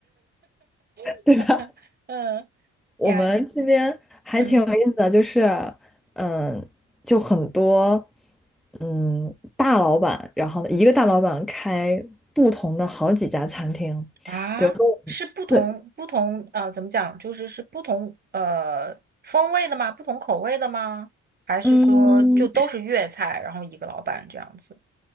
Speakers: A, in the centre; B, on the right (about 30°).
A: <laughs>
B: <laughs>
A: 对吧？
B: 嗯
A: 我们这边还挺有意思的，
B: 呀，嗯
A: 就是，嗯，就很多，嗯，大老板，然后呢一个大老板开不同的好几家餐厅，
B: 啊，
A: 比如说，
B: 是不同不同呃，
A: 对，
B: 怎么讲？就是是不同呃风味的吗？不同口味的吗？还是说就都是粤菜，
A: 嗯。
B: 然后一个老板这样子？